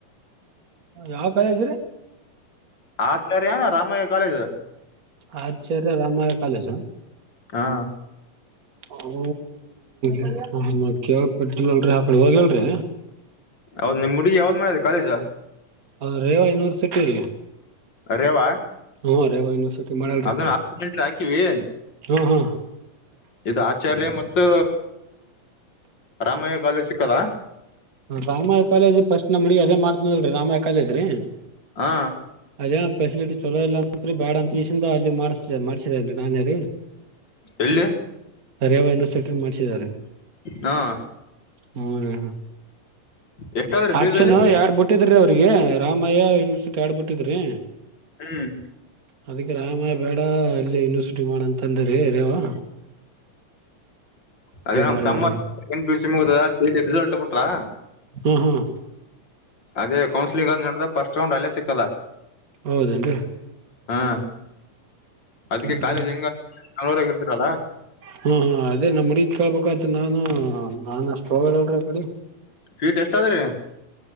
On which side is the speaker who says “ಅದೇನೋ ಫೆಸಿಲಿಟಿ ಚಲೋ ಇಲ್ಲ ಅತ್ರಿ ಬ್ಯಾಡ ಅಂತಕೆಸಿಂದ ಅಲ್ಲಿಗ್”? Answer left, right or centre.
Right